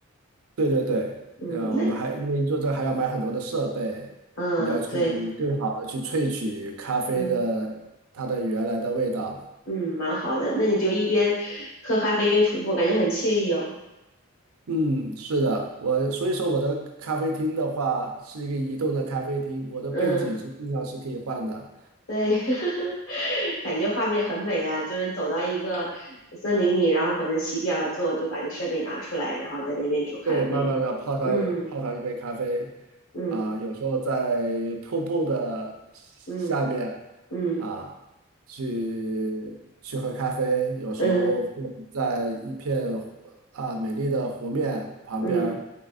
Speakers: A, on the right; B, on the left.
A: 对对对，
B: 嗯，
A: 呃，
B: 那
A: 我们还因为你做这还要买很多的设备，
B: 嗯对，
A: 你要去更好的去萃取咖啡的它的原来的味道。
B: 嗯嗯，蛮好的。那你就一边喝咖啡一边徒步，感觉很惬意哦。
A: 嗯，是的，我所以说我的咖啡厅的话是一个移动的咖啡厅，我的背景是经常是可以换的。
B: 嗯。对，<laughs> 感觉画面很美啊，就是走到一个森林里，然后可能席地而坐，就把你设备拿出来，然后在那边煮咖啡。
A: 对，慢慢的泡上泡上一杯咖啡，
B: 嗯嗯
A: 啊，有时候在瀑布的下面
B: 嗯嗯
A: 啊，去去喝咖啡，有时候会在一片湖啊美丽的湖面旁边儿
B: 嗯嗯